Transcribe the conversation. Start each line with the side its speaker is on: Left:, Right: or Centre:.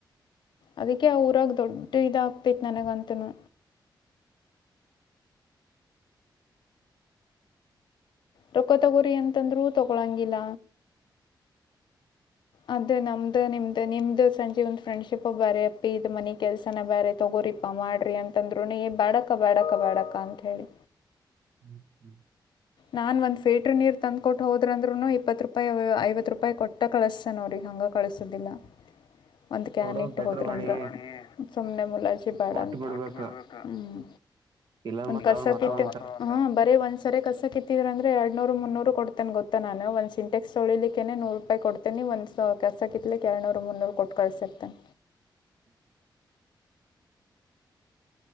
Left: ಅದಕ್ಕೆ ಆ ಊರಾಗ ದೊಡ್ಡ ಇದಾಗಗ್ತೈತ್ ನನಗಂತನೂ ರೊಕ್ಕ ತಗೋರಿ ಅಂತಂದ್ರು ತಗೊಳಂಗಿಲ್ಲ. ಅದೇ ನಮ್ದ್ ನಿಮ್ದ್ ನಿಮ್ದ್ ಸಂಜೀವ್ ದ ಫ್ರೆಂಡ್ಶಿಪ್ ಬ್ಯಾರೆ ಅಪ್ಪಿ ಇದ್ ಮನಿ ಕೆಲ್ಸನ ಬ್ಯಾರೆ ತಗೋರಿಿಪಾ ಮಾಡ್ರಿ ಅಂತ ತಂದ್ರರುನು ಏ ಬ್ಯಾಡ ಅಕ್ಕಾ ಬ್ಯಾಡ ಅಕ್ಕಾ. ಮಾಡಕ ಅಂತ ಹೇಳಿ.
Right: ಹ್ಮ್ ಹ್ಮ್.
Left: ನಾನ ಒಂದು ಫಿಲ್ಟರ್ ನೀರು ತಂದು್ ಕೊಟ್ಟು ಹೋದ್ರಂದ್ರರು ಇಪ್ಪತ್ತು ರೂಪಾಯಿ ಐವತ್ತು ರೂಪಾಯಿ ಕೊಟ್ಟ ಕಳಿಸಸೇನ ಅವ್ರಿಗೆ ಹಂಗ ಕಳಸೋದಿಲ್ಲ. ಒಂದ್ ಕ್ಯಾನ್
Right: ಕೊಡೋದು
Left: ಇಟ್ಟ
Right: ಬೆಟರ್
Left: ಹೋದ್ರ
Right: ಮಾಡಿ
Left: ಅಂದ್ರ ಸುಮ್ನೆ ಮುಲಾಜಿ ಬೇಡ
Right: ಕೊಟ್ಟ
Left: ಅ ಹ್ಮ
Right: ಬಿಡ್ಬೇಕ
Left: ಕೋಟಿಬಿಡ್ಬೇಕು ಹ್ಮ್ಮ್.
Right: ಇಲ್ಲಾಂದ್ರ
Left: ಒಂದ್
Right: ಮತ್
Left: ಕಸ
Right: ಆಮೇಲೆ ಮತ್ತೊಂದ
Left: ಕೀತ್ತ
Right: ಅಂತಾರ
Left: ಹಾ ಬರೀ ಒಂದ್ಸರಿ ಕಸಕ್. ಕಿತ್ತಿದ್ರಂದ ಎರಡು ನೂರು ಮುನ್ನೂರು ಕೊಡ್ತೇನೆ ಗೊತ್ತಾ ನಾನ ಒಂದು ಸಿಂಟೆಕ್ಸ್ ತೊಳಿಲಿಕ್ಕೆೇನೆ ನೂರು ರೂಪಾಯಿ ಕೊಡ್ತೇನಿ ಒಂದು ಕೆಸಕಿತ್ತಲಿಕ್ಕೆ ಎರಡು ನೂರು ಮುನ್ನೂರು ಕೊಟ್ಟು ಕಳ್ಸಿರ್ತೇನ.
Right: <inaudible>